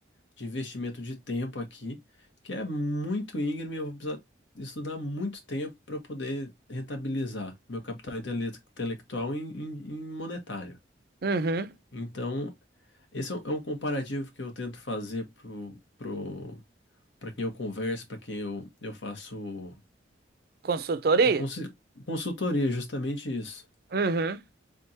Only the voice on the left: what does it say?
de investimento de tempo aqui, que é muito íngreme, eu vou precisar estudar muito tempo para poder rentabilizar meu capital intele- intelectual em, em- em monetário.
Então, esse é um, é um comparativo que eu tento fazer pro, pro, para quem eu converso, para quem eu, eu faço
é, consi- consultoria, justamente isso.